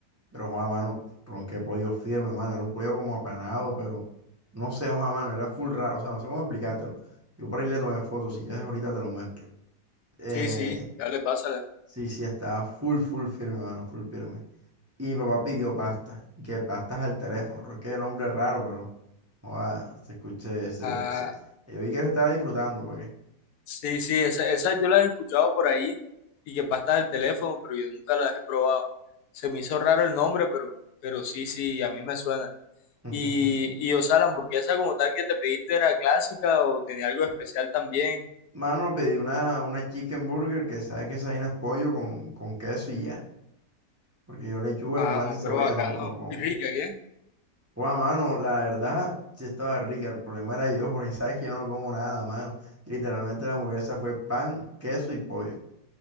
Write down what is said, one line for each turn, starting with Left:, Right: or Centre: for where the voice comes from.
Right: Pero, Juan, mano, ron, qué pollo firme, mano. Era un pollo como apanado, pero no sé, Juan, mano, era full raro. O sea, no sé cómo explicártelo. Yo por ahí le tomé fotos. Si quieres, ahorita te lo muestro. Eh,
Left: Sí, sí, ya le pásala.
Right: sí, sí, estaba full, full firme, mano, full firme. Y mi papá pidió pasta, que pastas al teléfono. Ronqué nombre raro, pero, Juan, se escuché. Se,
Left: Ah,
Right: se- yo vi que él estaba disfrutando, ¿para qué?
Left: sí, sí, esa- esas yo las he escuchado por ahí y que pasta del teléfono, pero yo nunca las he probado. Se me hizo raro el nombre, pero, pero sí, sí, a mí me suena.
Right: <laughs>
Left: Y, y o sea, la hamburguesa como tal que te pediste era clásica o tenía algo especial también.
Right: Mano, pedí una, una chicken burger que sabes que esa vaina es pollo con, con queso y ya. Porque yo lechuga,
Left: Ah,
Right: tomate
Left: no,
Right: y cebolla
Left: pero bacano.
Right: no, no como.
Left: Y rica, ¿qué? <laughs>
Right: Juan, mano, la verdad sí estaba rica. El problema era yo, porque sabes que yo no como nada, mano. Literalmente la hamburguesa fue pan, queso y pollo.